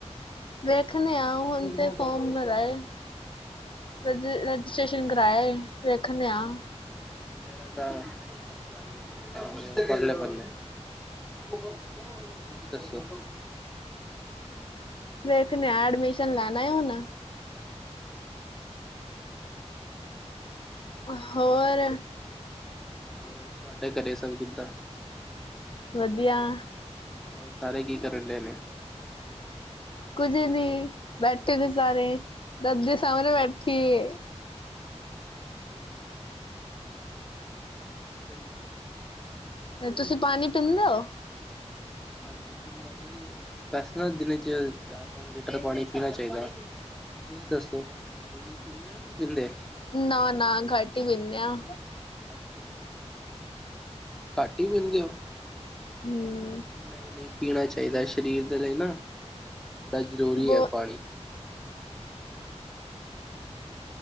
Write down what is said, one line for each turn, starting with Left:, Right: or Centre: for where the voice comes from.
Left: ਵੇਖਦੇ ਆਂ ਹੁਣ ਤੇ ਫੋਨ ਪਰ ਆਏਂ।
Centre: ਅੱਛਾ ਜੀ
Left: ਰਜਿਸਟ੍ਰੇਸ਼ਨ ਕਰਵਾ ਕੇ ਵੇਖਦੇ ਆਂ।
Centre: ਮੇਰਾ ਤਾਂ ਸਰਕਾਰੀ ਹੈਗਾ। <unintelligible> ਅਗਲੇ ਬੰਨੇ ਤੁਸੀਂ ਦੱਸੋ
Left: ਵੇਖਨੇ ਆ ਐਡਮਿਸ਼ਨ ਲੈਣਾਂ ਏ ਹੁਣ
Centre: ਅੱਛਾ ਜੀ
Left: ਹੋਰ
Centre: ਹੋਰ ਤੁਵਾਡੇ ਘਰੇਂ ਸਭ ਕਿੱਦਾਂ?
Left: ਵਧੀਆਂ
Centre: ਔਰ ਸਾਰੇ ਕੀ ਕਰਨ ਡਏ ਨੇ
Left: ਕੁੱਝ ਨੀ, ਬੈਠੇਂ ਨੇ ਸਾਰੇ, ਦਾਦੀ ਸਾਹਮਨੇ ਬੈਠੀਂ ਏ
Centre: ਅੱਛਾ ਜੀ
Left: ਤੁਸੀਂ ਪਾਨੀ ਪੀਂਦੇ ਓ?
Centre: ਹਾਂਜੀ ਪੀਨੇਂ ਆ ਤੁਸੀਂ ਵੈਸੇ ਨਾ ਦਿਨ ਚ ਚਾਰ-ਪੰਜ ਲੀਟਰ ਪਾਨੀ ਪੀਨਾ ਚਾਇਦਾ ਤੁਸੀਂ ਦੱਸੋ ਤੁਸੀਂ ਪੀਂਦੇ ਓ ਨਈ ਪੀਂਦੇ?
Left: ਨਾ- ਨਾ ਘੱਟ ਹੀ ਪੀਨੇ ਆਂ।
Centre: ਅੱਛਾ ਘੱਟ ਇ ਪੀਂਦੇ ਓ?
Left: <inaudible>
Centre: ਨਈ ਨਈ ਪੀਨਾ ਚਾਇਦਾਂ ਸ਼ਰੀਰ ਦੇ ਲਈ ਨਾ ਬੜਾਂ ਜ਼ਰੂਰੀ
Left: ਬਹੁ
Centre: ਅ ਪਾਨੀ।